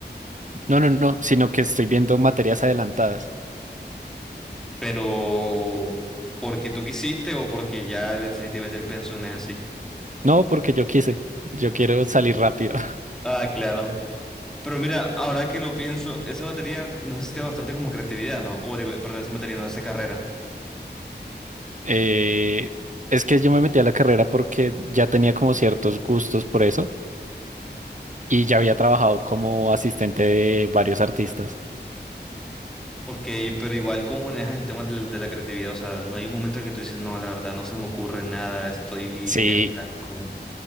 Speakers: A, on the right (about 45°); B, in the centre.
A: No, no, no, sino que estoy viendo materias adelantadas.
B: Pero porque tú quisiste o porque ya definitivamente el pensum es así.
A: No, porque yo quise, yo quiero salir rápido. <laughs>
B: Ah, claro. Pero mira, ahora que lo pienso, esa batería no necesita bastante como creatividad, ¿no? O digo, perdón, esa batería no, esa carrera.
A: Eh, es que yo me metí a la carrera porque ya tenía como ciertos gustos por eso y ya había trabajado como asistente de varios artistas.
B: Ok, pero igual, ¿cómo manejas el tema del- de, la creatividad? O sea, no hay un momento en que tú dices, no, la verdad, no se me ocurre nada, estoy
A: Sí,
B: bien blanco.